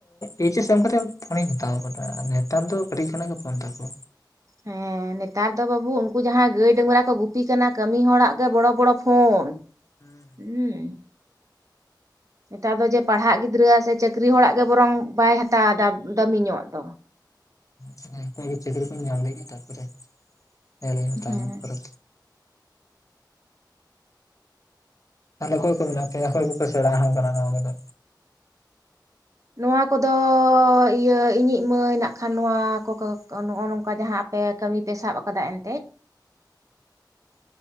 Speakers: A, on the left (about 45°); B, on the right (about 45°).
A: ᱮᱭᱤᱪ ᱮᱥ ᱮᱢ ᱠᱟᱛᱮᱜ ᱯᱷᱳᱱᱤᱧ ᱦᱟᱛᱟᱣ ᱟᱠᱟᱫᱟ ᱱᱮᱛᱟᱨ ᱫᱚ ᱠᱟᱹᱴᱤᱡ ᱠᱷᱚᱱᱟᱜ ᱜᱮ ᱯᱷᱳᱱ ᱛᱟᱠᱚ᱾
B: ᱦᱮᱸ᱾ ᱱᱮᱛᱟᱨ ᱫᱚ ᱵᱟᱹᱵᱩ ᱩᱱᱠᱩ ᱡᱟᱦᱟᱸᱭ ᱜᱟᱹᱭ ᱰᱟᱝᱨᱟ ᱠᱚ ᱜᱩᱯᱤ ᱠᱟᱱᱟ ᱠᱟᱹᱢᱤ ᱦᱚᱲᱟᱜ ᱜᱮ ᱵᱚᱲᱚ ᱵᱚᱲᱚ ᱯᱷᱳᱱ᱾
A: ᱦᱮᱸ᱾
B: ᱦᱩᱸ᱾ ᱱᱮᱛᱟᱨ ᱫᱚ ᱡᱮ ᱯᱟᱲᱦᱟᱜ ᱜᱤᱫᱽᱨᱟᱹ ᱥᱮ ᱪᱟᱹᱠᱨᱤ ᱦᱚᱲᱟᱜ ᱜᱮ ᱵᱚᱨᱚᱝ ᱵᱟᱭ ᱦᱟᱛᱟᱣᱟᱫᱟ ᱫᱟᱹᱢᱤ ᱧᱚᱜ ᱫᱚ᱾
A: ᱦᱮᱸ ᱚᱱᱠᱟ ᱜᱮ ᱪᱟᱹᱠᱨᱤ ᱠᱚᱧ ᱧᱟᱢ ᱞᱮᱜᱮ ᱛᱟᱯᱚᱨᱮ ᱧᱮᱞᱧ ᱦᱟᱛᱟᱣ
B: ᱦᱮᱸ
A: ᱠᱟᱫᱟ᱾ ᱛᱟᱦᱚᱸᱞᱮ ᱚᱠᱚᱭ ᱠᱚ ᱢᱮᱱᱟᱜ ᱯᱮᱭᱟ ᱚᱠᱚᱭ ᱠᱚᱯᱮ ᱥᱮᱬᱟ ᱠᱟᱫᱟ ᱱᱚᱣᱟ ᱠᱚᱫᱚ᱾
B: ᱱᱚᱣᱟ ᱠᱚᱫᱚ ᱤᱭᱟᱹ ᱤᱧᱤᱡ ᱢᱟᱹᱭ ᱱᱟᱜ ᱠᱷᱟᱱ ᱱᱚᱣᱟ ᱠᱚ ᱱᱚᱜ-ᱚ ᱱᱚᱝᱠᱟ ᱡᱟᱦᱟᱸ ᱯᱮ ᱠᱟᱹᱢᱤ ᱯᱮ ᱥᱟᱵᱽ ᱟᱠᱟᱫᱟ ᱮᱱᱛᱮ᱾ <inaudible>